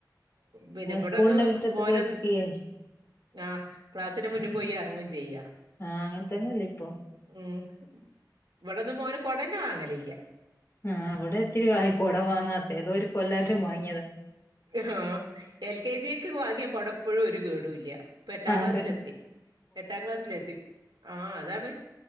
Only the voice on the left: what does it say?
സ്കൂളിന്റെ മുറ്റത്ത്
പോയിട്ട് ചെയ്യേം ചെയ്യും
ആഹ് അങ്ങനെത്തന്നല്ലേ ഇപ്പൊ
ആഹ് അവിടെ എത്തി കൊട വാങ്ങാത്തെ ഏതോ ഒരു കൊല്ലറ്റം വാങ്ങിയത്
ആഹ്
അതന്നെ